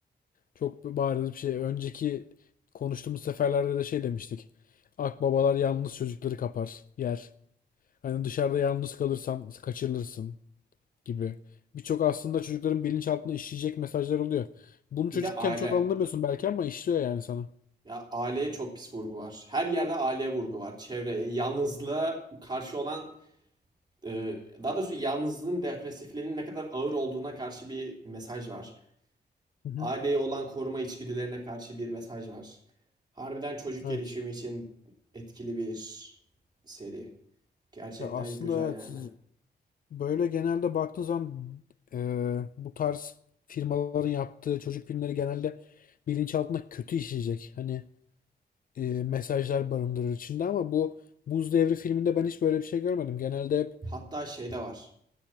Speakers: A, on the left; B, on the right.
A: Çok bariz bir şey. Önceki konuştuğumuz seferlerde de şey demiştik. Akbabalar yalnız çocukları kapar, yer. Hani dışarıda yalnız kalırsan kaçırılırsın gibi. Birçok aslında çocukların bilinçaltına işleyecek mesajlar oluyor. Bunu
B: Bir
A: çocukken
B: de aile.
A: çok anlamıyorsun belki ama işliyor yani sana.
B: Ya aileye çok pis vurgu var. Her yerde aileye vurgu var. Çevreye, yalnızlığa karşı olan Ee, daha doğrusu yalnızlığın depresiflerin ne kadar ağır olduğuna karşı bir mesaj var.
A: Hı hı.
B: Aileye olan koruma içgüdülerine karşı bir mesaj var. Harbiden çocuk
A: Evet.
B: gelişimi için etkili bir seri. Gerçekten
A: Ya aslında
B: güzel
A: evet,
B: yani.
A: siz- böyle genelde baktığın zaman e, bu tarz firmaların yaptığı çocuk filmleri genelde bilinçaltına kötü işleyecek. Hani e, mesajlar barındırır içinde ama bu Buz Devri filminde ben hiç böyle bir şey görmedim. Genelde hep
B: Hatta şey de var.